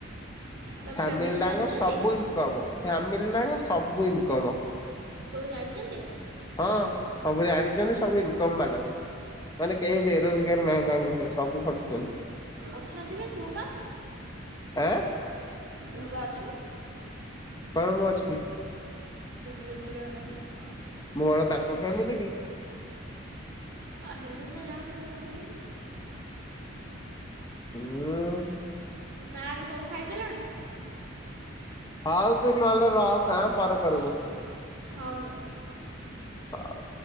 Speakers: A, on the right; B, on the left.
A: ତମ
B: ଫ୍ୟାମିଲ
A: ଫ୍ୟାମିଲି ସବୁ
B: ଟାଙ୍କ
A: ଜାଣିଛନ୍ତି?
B: ସବୁ ଇନକମ ଫ୍ୟାମିଲ ଟାଙ୍କ ସବୁ ଇନକମ।
A: ସବୁ ଜାଣିଛନ୍ତି?
B: ହଁ ସବୁବେଳେ ଆଣି ସବୁ ଇନକମ ବାଲା ବି ମାନେ କେହି ବେରୋଜଗାର ନାହାଁନ୍ତି ତାଙ୍କ ଘରେ ସବୁ ଖଟୁଛନ୍ତି।
A: ଅଛନ୍ତି ବା ତୁ ବା।
B: ଆଁ
A: ତୁ ବା ଅଛୁ।
B: କଣ ମୁଁ ଅଛି।
A: ରୋଜଗାର ନାହିଁ।
B: ମୋ କଣ ତାଙ୍କ ଫ୍ୟାମିଲି କି?
A: ହେଲୁ ନା ରାହୁଲ ତାଙ୍କ ଫ୍ୟାମିଲି
B: ହୁଁ।
A: ମା ହେକା ସବୁ ଖାଇସାରିଲଣି?
B: ହଉ ତୁ ନହେଲେ ରଖେ ଏଁ ପରେ କରିବୁ।
A: ହଉ ହଉ।
B: ହଉ।